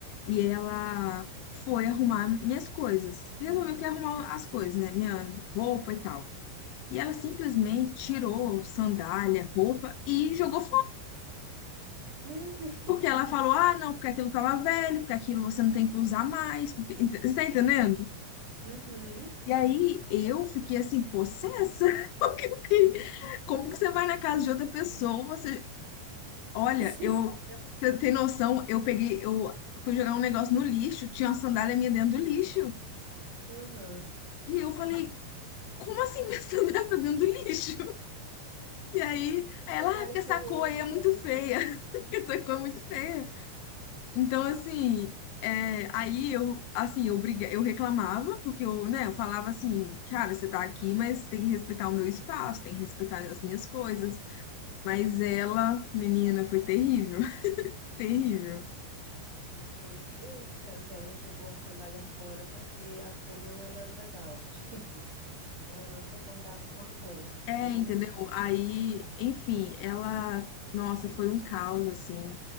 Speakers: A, on the left; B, on the right.
A: e ela foi arrumar minhas coisas. Resolveu que ia arrumar
B: uhum.
A: as coisas, né? Minha roupa e tal. E ela simplesmente tirou sandália, roupa e jogou
B: Meu Deus.
A: Porque ela falou, ah, não, porque aquilo tava velho, porque aquilo você não tem que usar mais, porque... ent- Você tá entendendo?
B: Uhum.
A: E aí eu fiquei assim, possessa, <laughs> porque o que- como que você vai na casa de outra pessoa, você... Olha,
B: <laughs> Você
A: eu,
B: joga.
A: você tem noção, eu peguei, eu fui jogar um negócio no lixo, tinha uma sandália minha dentro do lixo,
B: Uhum.
A: e eu falei, como assim minha <laughs> sandália tá dentro do lixo? E aí,
B: A sandália
A: aí ela, ah, porque essa
B: que eu
A: cor
B: amo
A: aí é muito
B: tá dentro
A: feia,
B: do lixo.
A: <laughs> essa cor é muito feia. Então, assim, é, aí eu, assim, eu briga, eu reclamava, porque eu, né, eu falava assim, cara, você tá aqui, mas tem que respeitar o meu espaço, tem que respeitar as minhas coisas. Mas ela, menina, foi terrível, <laughs> terrível.
B: Meu Deus do céu. Então ela jogou a sandália fora porque a cor não era legal. <laughs> Tipo, ela não concordava com a cor.
A: É,
B: Meu
A: entendeu?
B: Deus.
A: Aí, enfim, ela, nossa, foi um caos, assim.